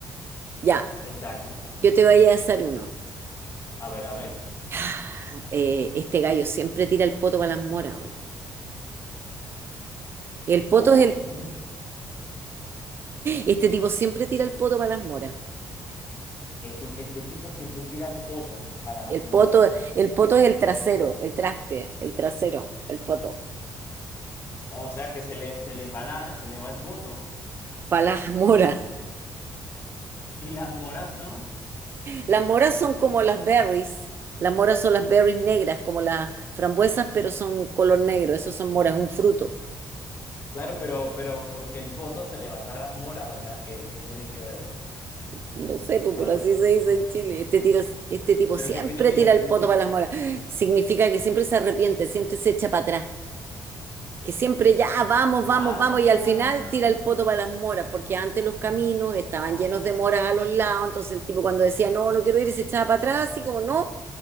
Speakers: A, on the right; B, on the left.
A: Ya,
B: Exacto, exacto.
A: yo te voy a hacer uno.
B: A ver, a ver.
A: Ah, eh, este gallo siempre tira el poto para las moras. weón. El poto
B: ¿Cómo?
A: es el,
B: <laughs>
A: este tipo siempre tira el poto para las moras.
B: Ese- este tipo siempre tira el poto para las
A: El
B: moras.
A: poto, el poto es el trasero, el traste, el trasero, el poto,
B: O sea que se le, se le va la- se le va el poto.
A: para las moras.
B: Y las moras son,
A: Las moras son como las berries. Las moras son las berries negras, como las frambuesas, pero son color negro. Esos son moras, un fruto.
B: claro, pero, pero, porque el poto se le va a dar a las moras? O sea, ¿qué, qué tiene que ver?
A: No sé, pues,
B: A
A: pero
B: ver,
A: así se dice en Chile. Este, tiro, este tipo
B: pero
A: siempre
B: ¿qué significa?
A: tira
B: ¿Qué
A: el
B: significa?
A: poto para las moras. Significa que siempre se arrepiente, siempre se echa para atrás. Que siempre ya vamos, vamos,
B: Ah,
A: vamos. Y al final tira el poto para las moras, porque antes los caminos estaban
B: ah,
A: llenos de moras a los lados. Entonces el tipo cuando decía, no, no quiero ir, y se echaba para atrás, así como no.